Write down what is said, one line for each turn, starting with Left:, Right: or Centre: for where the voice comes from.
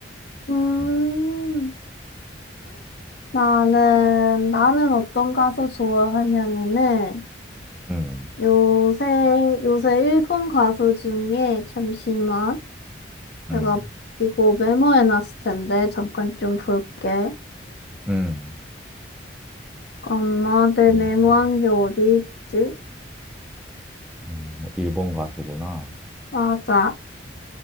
Left: 음,
Centre: 음,
Left: 나는, 나는 어떤 가수 좋아하냐면은,
Centre: 음,
Left: 요새, 요새 일본 가수 중에, 잠시만,
Centre: 음.
Left: 내가 이거 메모해놨을 텐데, 잠깐 좀 볼게.
Centre: 음.
Left: 엄마, 내
Centre: 일본,
Left: 메모한 게 어디 있지?
Centre: 어, 일본 가수구나.
Left: 맞아.